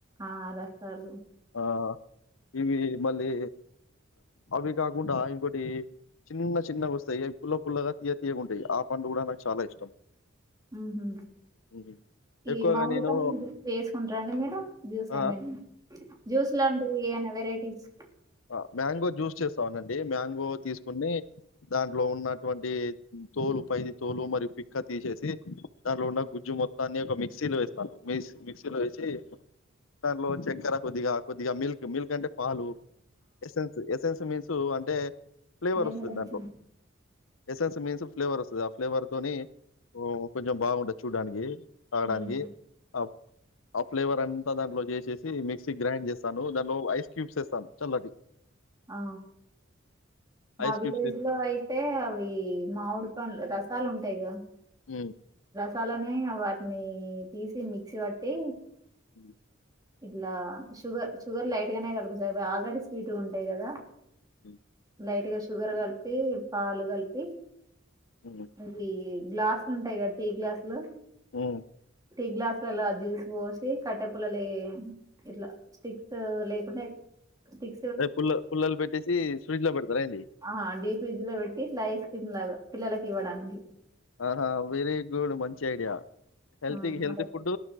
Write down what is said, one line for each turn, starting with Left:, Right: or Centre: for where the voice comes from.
Right: ఆ రసాలు
Left: అ ఇవి మళ్ళీ అవి కాకుండా ఇంకోటి చిన్న చిన్న వస్తాయి అవి పుల్ల పుల్లగా తీయ్య తీ తియ్యగా ఉంటాయి ఆ పండ్లు కూడా నాకు చాలా ఇష్టం
Right: ఉ హు
Left: హ్మ్.
Right: ఈ
Left: ఎక్కువగా
Right: మామిడి
Left: నేను
Right: పండ్లు జ్యూస్ వేసుకుంటార అండి మీరు జ్యూస్
Left: ఆ!
Right: ఏమ జ్యూస్ లాంటివి ఏనా వెరైటీస్
Left: అ మ్యాంగో జ్యూస్ చేస్తావునండి ఏ మ్యాంగో తీసుకుని దాంట్లో ఉన్నట్ వాటి తోలు పయిది తోలు మరియు పిక్క తీసేసి దాంట్లో ఉన్న గుజ్జు మొత్తాన్ని ఒక మిక్సీలో వేస్తాను మిక్ మిక్సీలో వేసి దాంట్లో చక్కెర కొద్దిగా కొద్దిగా మిల్క్ మిల్క్ అంటే పాలు ఏసెన్స్ ఏసెన్స్ మీన్స్ సో అంటే ఫ్లేవర్
Right: వేన్నలా
Left: వస్తది దాంట్లో.
Right: చె
Left: ఎసెన్స్ మీన్స్ ఫ్లేవర్ వస్తదా ఫ్లేవర్ తోని అ కొంచెం బాగుంటది చూడడానికి తగాడానికి
Right: ఉమ్.
Left: ఆ ఆ ఫ్లేవర్ అంతా దాంట్లో చేసేసి మిక్సీ మిక్సీ గ్రైండ్ చేసి తాను దానిలో ఐస్ క్యూబ్స్ వేస్తాను చలాటీ
Right: ఆ మా
Left: ఐస్
Right: విలేజ్
Left: క్యూబ్స్ ఎసి
Right: లో అయితే అవి మామిడి పండ్లు రసాల్ సాలు ఉంటాయిగా
Left: అ
Right: తలనే వాటిని తీసి మిక్సీ పట్టి
Left: ఉ
Right: ఇలా షుగర్ షుగర్ లైట్ గానే కలుపు కలుపుత ఆల్రెడీ స్వీట్ ఉంట కదా
Left: <inaudible>
Right: లైట్ గా షుగర్ కలిపి పాలు కలిపి
Left: హ్మ్.
Right: అంటే గ్లాసులు ఉంటాయి కదా టీ గ్లాసు లు
Left: ఆ
Right: టీ గ్లాస్ లలా జ్యూస్ పోసి కట్టె పల్లలు ఇట్లా స్టిక్స్ లేకుంటే స్టిక్
Left: అదే పుల్ల పుల్లలు పెట్టేసి ఫ్రిడ్జ్ లో పెడతారా అండి
Right: ఆ డీప్ ఫ్రిడ్జ్ లో పెట్టి ఇట్లా ఐస్ లాగా పిల్లలకి ఇవ్వడానికి
Left: ఆహా వెరీ గుడ్ మంచి ఐడియా హల్తి
Right: ఆ
Left: హెల్తి
Right: అదే
Left: ఫుడ్